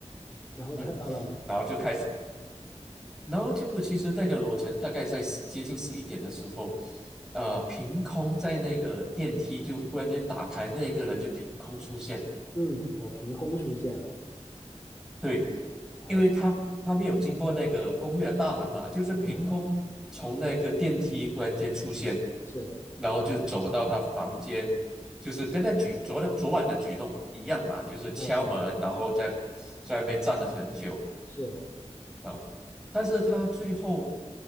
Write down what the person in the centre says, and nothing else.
嗯，然后就开始，然后就其实那个楼层大概在十接近十一点的时候，呃，凭空在那个电梯就忽然间打开，那一个人就凭空出现，
对，
因为他他没有经过那个公寓的大门嘛，就是凭空从那个电梯忽然间出现，
然后就走到他房间，就是跟他举昨天昨晚的举动一样嘛，就是敲门，
然后在在外面站了很久。
啊，但是他最后，